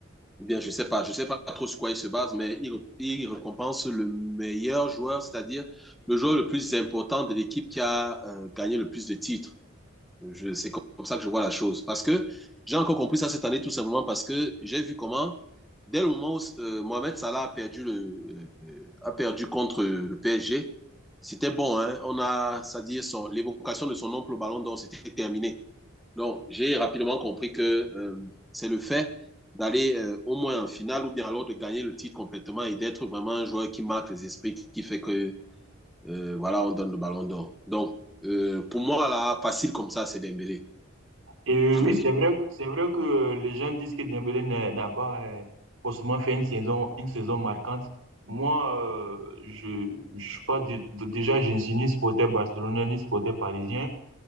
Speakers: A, in the centre; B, on the right.
A: Ou bien, je sais pas, je sais pas trop sur quoi il se base, mais il, il récompense le meilleur joueur, c'est-à-dire le joueur le plus important de l'équipe qui a euh, gagné le plus de titres. Je, c'est comme ça que je vois la chose. Parce que j'ai encore compris ça cette année, tout simplement parce que j'ai vu comment, dès le moment où euh, Mohamed Salah a perdu, le, euh, a perdu contre le PSG, c'était bon. Hein? On a, c'est-à-dire, son, l'évocation de son oncle au ballon d'or, c'était terminé. Donc, j'ai rapidement compris que euh, c'est le fait d'aller euh, au moins en finale ou bien alors de gagner le titre complètement et d'être vraiment un joueur qui marque les esprits, qui fait que, euh, voilà, on donne le ballon d'or. Donc, euh, pour moi, là, facile comme ça, c'est Dembélé.
B: Et euh, oui,
A: Oui,
B: c'est vrai, c'est vrai que euh, les gens disent que Dembélé n'a n'a pas euh, forcément fait une saison, une saison marquante. Moi, euh, je, je suis pas du- de- déjà, je ne suis ni supporter barcelonais ni supporter parisien.